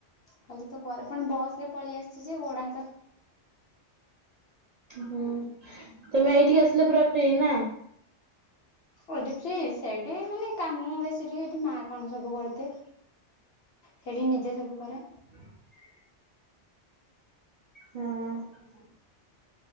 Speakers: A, on the left (about 60°); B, on the right (about 50°).
A: କହଲି ତୁ କରେ ପୁଣି ବସରେ ପଳେଇ ଆସିଛି ଯେ ଗୋଡ ହା
B: ହୁଁ। ତମ ଏଇଠିକି ଆସିଲ ପୁରା ଫ୍ରି ନା।
A: ଏଇଠିି ଫ୍ରି ସେଇଠି ମାନେ କାମ ବେସି ଟିକେ ଏଠି ମା କଣ ସବୁ କରିଦିଏ। ସେଠି ନିଜେ ସବୁ କରେ।
B: <unintelligible> ହଁ।